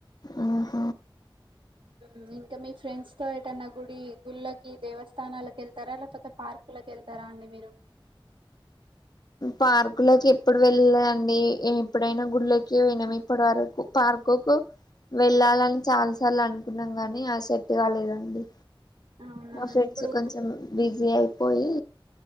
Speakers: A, on the left; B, on the right.
A: ఆహ
B: ఉమ్ ఇంకా మీ ఫ్రెండ్స్ తో ఏటన్నా గుడి గుళ్ళకి దేవస్థానాలకి వెళ్తారా లేకపోతే పార్క్ లోకి వెళ్తారా అండి మీరు
A: పార్కులోకి ఎప్పుడు వెళ్ళలే అండి ఎప్పుడైనా గుళ్ళకి పోయినాము ఇప్పటి వరకు పార్ ర్కుకు వెళ్ళాలని చాలా సార్లు అనుకున్నాం కాని అది సెట్ కాలేదండి
B: అవునా
A: మా ఫ్రెండ్స్
B: ఇప్పుడు
A: కొంచెం బిజీ అయిపోయి